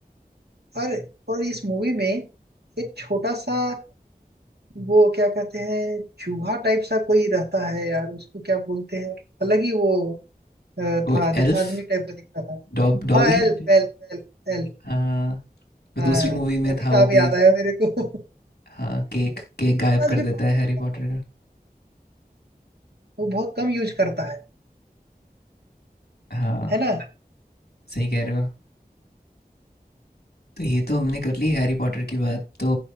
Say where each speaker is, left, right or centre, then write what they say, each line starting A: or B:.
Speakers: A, on the right; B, on the left.
A: और और इस मूवी में एक छोटा सा वो क्या कहते हैं चूहा टाइप सा कोई रहता है यार उसको क्या बोलते हैं अलग ही वो अ, था
B: वो
A: आद-
B: एल्फ
A: आदमी टाइप का दिखता था
B: डॉ डॉबी
A: हाँ एल्फ
B: जो-
A: एल्फ एल्फ एल्फ
B: हाँ, वो
A: हाँ
B: दूसरी मूवी में
A: अभी
B: था वो
A: नाम याद
B: भी
A: आया मेरे को <laughs>
B: हाँ, केक केक
A: उसके
B: गायब
A: पास
B: कर
A: भी
B: देता
A: पावर
B: है हैरी
A: रहता है
B: पॉटर का।
A: वो बहुत कम यूज करता है
B: हाँ,
A: है ना
B: सही कह रहे हो। तो ये तो हमने कर ली हैरी पॉटर की बात। तो